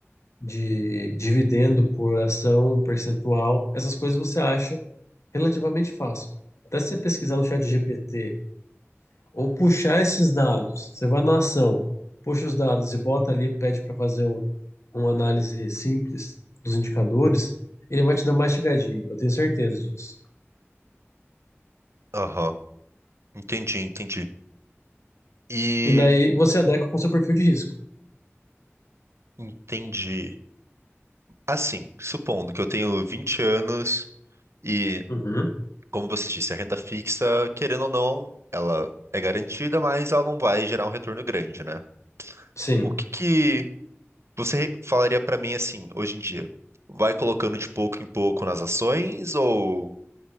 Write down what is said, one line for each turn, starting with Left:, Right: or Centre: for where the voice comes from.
Left: de dividendo por ação, percentual, essas coisas você acha relativamente fácil. Até se você pesquisar no chat GPT ou puxar esses dados, você vai na ação, puxa os dados e bota ali, pede para fazer um, uma análise simples dos indicadores, ele vai te dar mastigadinho, eu tenho certeza disso.
Right: Aham, entendi, entendi. E
Left: E daí você adequa com o seu perfil de risco.
Right: Entendi. Assim, supondo que eu tenho 20 anos e,
Left: Uhum.
Right: como você disse, a renda fixa, querendo ou não, ela é garantida, mas ela não vai gerar um retorno grande, né?
Left: Sim.
Right: O que que você falaria pra mim assim, hoje em dia? Vai colocando de pouco em pouco nas ações ou